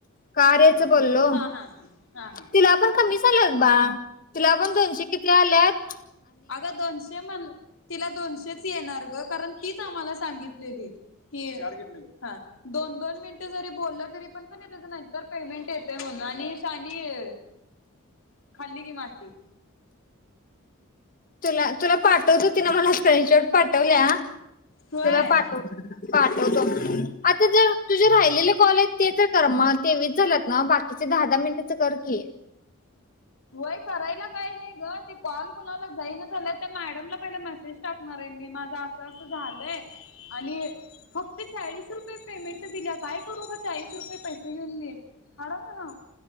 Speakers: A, on the left (about 40°); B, on the left (about 70°).
A: कार्याच बोललो
B: हा हा हा हा
A: तिला आपण कमी झाचालत बा तिला पण दोनशे किती आलेत
B: अगं दोनशे म्हण तिला दोनशेच येणार ग कारण तीच आम्हाला सांगितलेली आहे ह दोन दोन मिनिटं जरी बोललं तरी पण पण त्याच नाहीतर पेमेंट येते म्हणून आणि सा आणि खाली की माशी
A: तुला तुला पाठवत होती ना मला स् शवट पाठवल्या
B: होय
A: त्याला पाठव पाठवतो आता जर तुझे राहिलेले कॉलेज ते तर कर मग तेवीच झाल्यात ना बाकीचे दहा दहा मिनिटेचं कर की
B: होय करायला काय नाही ग ते कॉल कोणाला जाईना झाल्या त्या मॅडमला पहिला मेसेज टाक. णारे मी माझं असं अस झालंय आणि फक्त चाळीस रुपये पेमेंट दिल्या काय करू ग चाळीस रुपये पैसे घेऊन म हड ह ना.